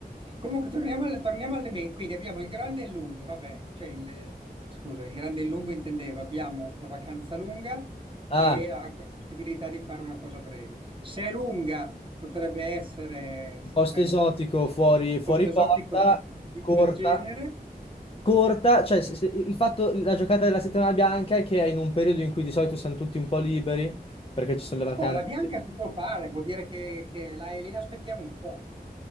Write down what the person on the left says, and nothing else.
Ah,
un
posto
esotico fuori, fuori
porta,
corta.
Corta, cioè se- se- il fatto, la giocata della settimana bianca è che è in un periodo in cui di solito siamo tutti un po' liberi, perché ci sono le vacanze.